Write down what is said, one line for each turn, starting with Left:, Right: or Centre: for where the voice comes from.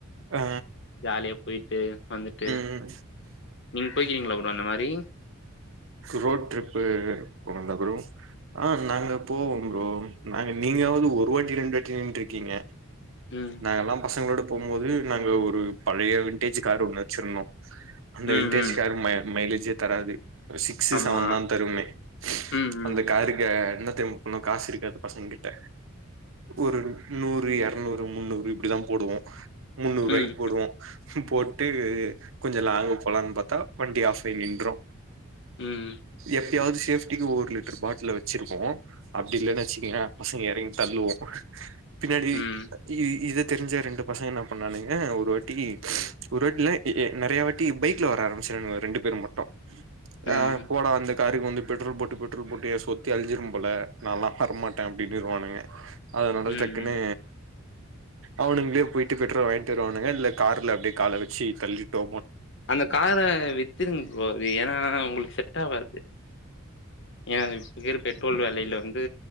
Right: ஆ
Left: ஜாலியா பொயிட் ட்டு வந்துட்டு
Right: ம்
Left: நீ போயிருக்கீங்களா ப்ரோ அந்த மாரி
Right: ரோட் ட்ரிப்பு போனந்தா ப்ரோ ஆ நாங்க போவோ ஃப்ரோ நாங்க நீங்காவது ஒரு வாட்டி ரெண்டு வாட்டி நின்ட்டு இருக்கீங்க
Left: ம்
Right: நாங்கலா பசங்களோட போம்போது நாங்க ஒரு பலய விண்டேஜ் கார் ஒன்னு வச்சுருந்தோ அந்த
Left: ம்
Right: விண்டேஜ்
Left: ம்
Right: காரு ம மையிலேஜ் ஜே தராது அ சிக்ஸ்
Left: ஆமா
Right: செவன் தா தருமே
Left: ம் ம்
Right: அந்த காருக்க இன்னோர் டைமுக்கு போனா காசு இருக்காது பசங்க கிட்ட ஒரு நூறு எரநூறு தோ முன்னூறு இப்புடிதா போடுவோ முன்னூறுவாய்க்
Left: ம்
Right: போடுவோ போட்டு கொஞ்சொ லாங்கு போலான் பாத்தா வண்டி ஆஃப் ஆயி நின்ரு
Left: ம்
Right: எப்பயாவ்து சேஃப்டிக்கு ஒரு லிட் ட்ரு பாட்டில வச்சிருப்போ அப்டி இல்லனு வச்சுக்கயே பசங்க எறங்கி தள்ளுவோ பின்னாடி
Left: ம்
Right: இ இத தெரிஞ்ச ரெண்டு பசங்க என்ன பண்ணாணுங்க ஒரு வாட்டி ஒரு வாட்டில எ எ நறைய வாட்டி பைக்ல வர ஆரம்பிச்சாங்க ரெண்டு பேர் மட்டு
Left: ம்
Right: ஆ போட வந்து காருக் வந்து பெட்ரோல் போட்டு பெட்ரோல் போட்டு எ சொத்தே அழிஞ்சிரும் போல நால்லா வரமாட்ட அப்டின்னிருவாங்க அதனால
Left: ம்
Right: டக்குனு
Left: ம்
Right: அவனுங்களே போயிட்டு பெட்ரோல் வாய்ன்ட்டு வருவானுங்க இல்ல கார்ல அப்டியே கால வச்சி தள்ளிட்டோ
Left: அந்த கார வித்துருங் ப்ரோ அது ஏனா ஆ உங்களுக்கு செட் ஆவாது ஏனா <unintelligible> விக்கிர பெட்ரோல் வெலைல வந்து